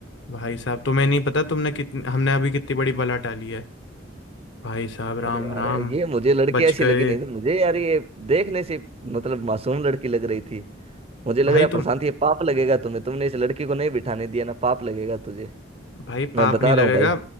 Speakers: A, on the left; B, on the right.
A: भाई साहब तुम्हें नहीं पता तुमने कितनी हमने अभी कितनी बड़ी बला टाली है भाई साहब राम
B: अरे यार
A: राम
B: ये मुझे लड़की
A: बच
B: ऐसी
A: गए
B: लगी नहीं मुझे यार ये देखने से मतलब मासूम लड़की लग रही थी मुझे लग
A: भाई
B: रहा है प्रशांत
A: तुम
B: ये पाप लगेगा तुम्हें तुमने इस लड़की को नहीं बिठाने दिया ना पाप लगेगा तुझे
A: भाई पाप
B: मैं बता
A: नहीं लगेगा
B: रहा हूँ भाई